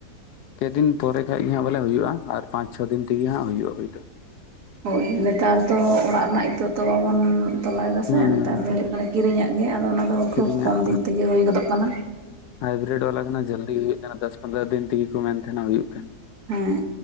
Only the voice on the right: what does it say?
ᱦᱳᱭ! ᱱᱮᱛᱟᱨ ᱫᱚ ᱚᱲᱟᱜ ᱨᱮᱱᱟᱜ ᱤᱛᱟᱹ ᱛᱚ ᱵᱟᱵᱚᱱ ᱛᱚᱞᱟᱭᱮᱫᱟ
ᱥᱮ ᱱᱮᱛᱟᱨ ᱫᱚ ᱦᱩᱭᱩᱜ- ᱢᱟᱱᱮ ᱠᱤᱨᱤᱧᱟᱜ ᱢᱮᱭᱟ ᱟᱫᱚ ᱚᱱᱟᱫᱚ
ᱠᱷᱩᱵ ᱠᱚᱢ ᱫᱤᱱ ᱛᱮᱜᱮ ᱦᱩᱭ ᱜᱚᱫᱚᱜ ᱠᱟᱱᱟ᱾
ᱦᱮᱸ